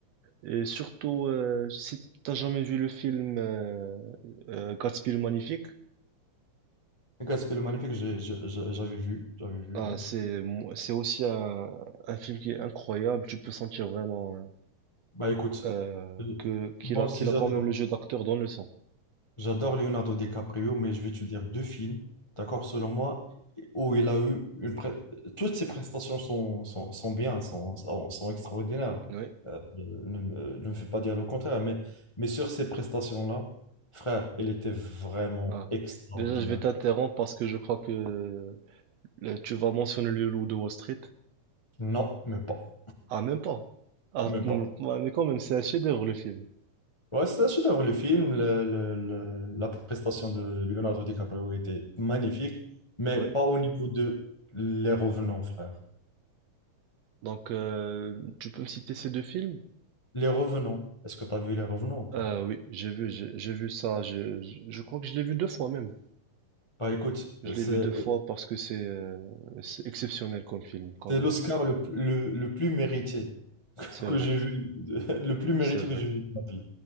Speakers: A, on the right (about 70°); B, on the left (about 30°).
A: Et surtout, euh, si t'as jamais vu le film euh, euh, Gatsby le Magnifique,
B: Gatsby le Magnifique, j'ai- j'ai- j'ai- j'avais vu, j'avais vu,
A: Ah,
B: oui.
A: c'est mo- c'est aussi un, un film qui est incroyable. Tu peux sentir vraiment hein,
B: Bah écoute,
A: euh,
B: euh,
A: que qu'il
B: moi
A: a
B: aussi
A: qu'il
B: j'adore.
A: a quand même le jeu d'acteur dans le sang.
B: J'adore Leonardo DiCaprio, mais je vais te dire deux films, d'accord, selon moi, où il a eu une... pré- Toutes ses prestations sont, sont, sont bien, sont, sont, sont extraordinaires.
A: Oui.
B: Euh, ne, me ne me fais pas dire le contraire, mais, mais sur ces prestations-là, frère, il était vraiment
A: Ah.
B: extraordinaire.
A: Déjà, je vais t'interrompre parce que je crois que le- tu vas mentionner le loup de Wall Street.
B: Non, même pas.
A: Ah, même pas. Ah,
B: Même
A: m-
B: pas.
A: ouais, mais quand même, c'est un chef-d'œuvre le film.
B: Ouais, c'est un chef-d'œuvre, le film. le- le- le- la prestation de Leonardo DiCaprio était magnifique, mais
A: Oui.
B: pas au niveau de Les Revenants, frère.
A: Donc, euh, tu peux me citer ces deux films?
B: Les Revenants, est-ce que tu as vu Les Revenants ou pas?
A: Euh, oui, j'ai vu, j'ai j'ai vu ça. Je, je, je crois que je l'ai vu deux fois même.
B: Bah écoute,
A: Je
B: c'est
A: l'ai vu deux fois parce que c'est euh, c'est exceptionnel comme film quand
B: c'est
A: même.
B: l'Oscar le, le- le plus mérité <laughs>
A: C'est
B: que
A: vrai.
B: j'ai vu, <laughs> le plus mérité
A: C'est vrai.
B: que j'ai vu de ma vie.